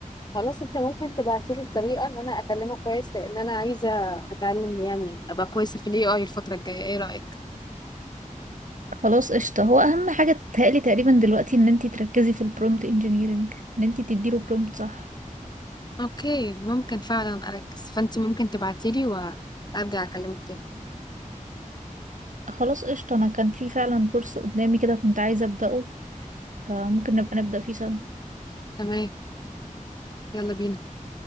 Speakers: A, on the left; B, on the right.
A: خلاص انت ممكن تبعتي لي الطريقه ان انا اكلمه كويس لان انا عايزه اتعلم يعني ابقى كويسه في الاي اي الفتره الجايه ايه رايك
B: خلاص قشطة هو أهم حاجة تتهيألي تقريبا دلوقتي ان انت تركزي في البرومبت انجينيرنج ان انت تديله برومبت صح
A: اوكي ممكن فعلا اركز فانت ممكن تبعتي لي وارجع اكلمك تاني
B: خلاص قشطة انا كان في فعلا كورس قدامي كده كنت عايزة أبدأه فممكن نبقى نبدأ فيه سوا
A: تمام يلا بينا